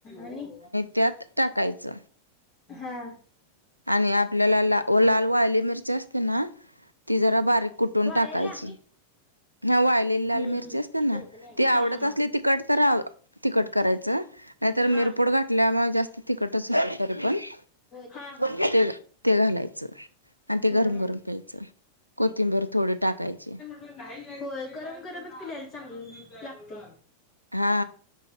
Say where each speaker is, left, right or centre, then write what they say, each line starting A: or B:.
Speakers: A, on the left (about 30°); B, on the right (about 90°).
A: आणि
B: त्यात टाकायचं
A: हा
B: आणि आपल्याला ला लाल वाली मिरची असते ना ती जरा बारीक कुठून
A: वाळेला
B: टाकायची हा वाळलेली लाल
A: हम्म
B: मिरची
A: हम्म
B: असते ना
A: कणकणी आली.
B: ती
A: हा
B: आवडत
A: हा
B: असली तिकट तर तखट करायचं नाहीतर मिरपोड
A: हा
B: घाठल्यामुळे जास्त तखटच होत तरी पण
A: हा
B: हो
A: हा
B: ते ते घालायचं आणि ते गरम
A: हम्म
B: गरम प्यायचं कोथिंबीर थोडी टाकायचे
A: हो गरम गरमच पिल्यायला चांगली लागते
B: हा